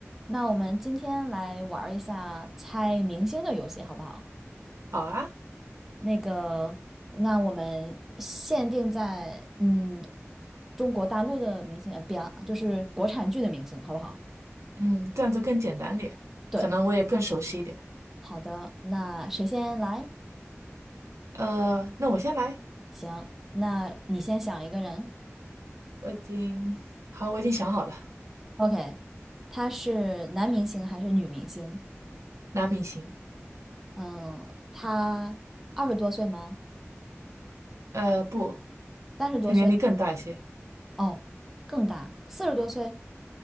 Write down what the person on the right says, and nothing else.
好啊，
嗯，这样子更简单点，
可能我也更熟悉一点。
呃，那我先来，
我已经，好，我已经想好了，
男明星，
呃，不，
他年龄更大一些，